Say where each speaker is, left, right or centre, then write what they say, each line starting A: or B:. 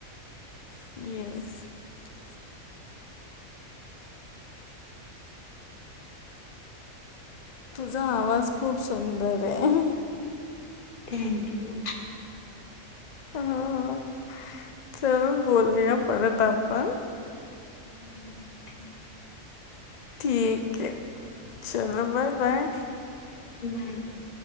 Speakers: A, on the left; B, on the left.
A: <unintelligible> तुझा आवाज खूप सुंदर आहे.
B: Thank you.
A: ह चल बोलूया परत आपण.
B: हम्म थँक यू.
A: <unintelligible>
B: बरोबर!